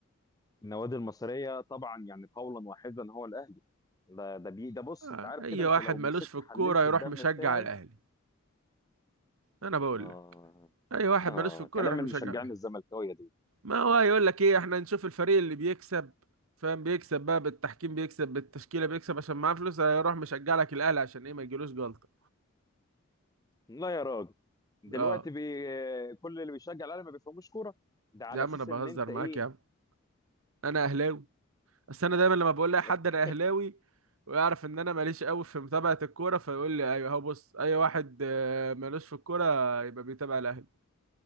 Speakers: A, on the left; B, on the right.
A: النوادي المصريه طبعا يعني قولا واحدا هو الاهلي ده ده بي ده بص
B: آه،
A: انت عارف
B: اي
A: كده انت
B: واحد
A: لو
B: مالوش
A: مسكت
B: في الكورة
A: حللت
B: يروح
A: الدم
B: مشجع
A: بتاعي
B: الاهلي انا بقول
A: اه
B: لك اي واحد
A: اه
B: مالوش في الكوره
A: كلام
B: يروح
A: المشجعين
B: مشجع الاهلي
A: الزملكاويه دول
B: ما هو يقول لك ايه احنا نشوف الفريق اللي بيكسب فاهم بيكسب بقى بالتحكيم بيكسب بالتشكيله بيكسب عشان معاه فلوس هيروح مشجع لك الاهلي عشان ايه ما يجيلوش جلطه
A: لا يا راجل دلوقتي
B: اه
A: بي... كل اللي بيشجع الاهلي ما بيفهموش كوره ده على
B: يا عم
A: اساس
B: انا بهزر
A: ان انت
B: معاك
A: ايه
B: يا عم انا اهلاوي بس انا دايما لما بقول لاي
A: <laughs>
B: حد انا اهلاوي ويعرف ان انا ماليش قوي في متابعه الكوره فيقول لي ايوه اهو بص اي واحد آه، مالوش في الكوره يبقى بيتابع الاهلي